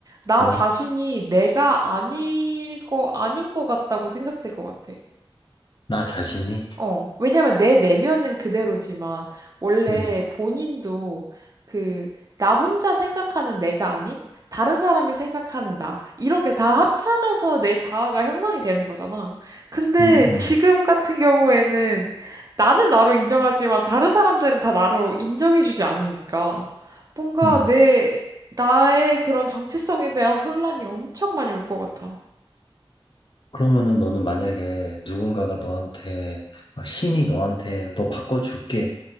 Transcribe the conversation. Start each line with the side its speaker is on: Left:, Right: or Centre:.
Right: 나
Left: 뭐,
Right: 자신이 내가 아닐 거, 아닌 거 같다고 생각될 것 같아.
Left: 나 자신이.
Right: 어, 왜냐면 내 내면은 그대로지만, 원래
Left: 음,
Right: 본인도 그, 나 혼자 생각하는 내가 아닌, 다른 사람이 생각하는 나. 이런 게 다 합쳐져서 내 자아가 형성이 되는 거잖아. 근데
Left: 음, 음,
Right: 지금 같은 경우에는 나는 나로 인정하지만 다른 사람들은 다 나로 인정해주지 않으니까. 뭔가
Left: 음.
Right: 내, 나의 그런 정체성에 대한 혼란이 엄청 많이 올 것 같아.
Left: 그러면은 너는 만약에 누군가가 너한테, 막 신이 너한테 너 바꿔줄게.